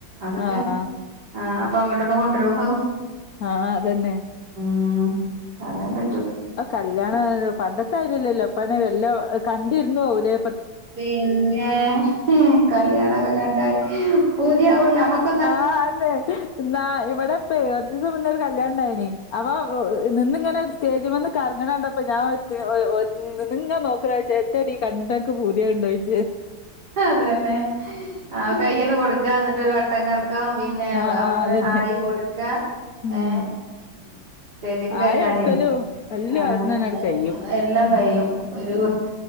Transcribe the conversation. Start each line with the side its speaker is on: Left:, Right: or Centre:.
Right: അതൊക്ക
Left: ആഹ്
Right: ആ അപ്പം അങ്ങോട്ടൊന്നും കൊണ്ടുരു ഹൗ -
Left: ആ അതന്നെ
Right: ഉം പറയാം പ
Left: അ കല്യാണെ പണ്ടൊ- തരില്ലല്ലോ പണി വല്ലാം കണ്ടിരുന്നോഹുലേ
Right: പിന്നെ ഹ്മ് കല്യാണക്ക കണ്ടാല് പൂതി ആകും ഞമ്മക്ക്-
Left: ആഹ് അതെ ഇന്നാ ഇവടെ പേർച്ചിസ്മ് മുന്നേരു ഒരു കല്യാണണ്ടായ്നിം അബാം നിന്ന് ങ്ങനെ സ്റ്റേജ്മന്ന് കർങ്ങണണ്ടപ്പ നാ ഒത് ഒയ് ഒ ന്ന്ന്ന് ങ്ങനാ നോക്ണ് എത്തേടി കണ്ട്ട്ടൻക് പൂതി ആക്ണ്ട യ് -
Right: അതെന്നെ ആ കയ്യ്ണ്ട് കൊട് ക്ക ന്നട്ടൊരു വട്ടം കർ - ക്കാം പിന്നേം
Left: ആഹ്
Right: അവ്ഡ്ന്നൊരു
Left: ആഹ് അതന്നെ
Right: ഹായി കൊടുക്ക-
Left: ഉം
Right: ഹേ - സ്റ്റേജ്ക്ക് കയറ്റാനേ
Left: ആയി എടുക്കലും എല്ലും
Right: ആ
Left: അവിട്ന്നന്നെ
Right: ഉം
Left: ആണ്ട്
Right: ഉം
Left: കയ്യും
Right: അഅ എല്ലാം കഴിയും ഒരു-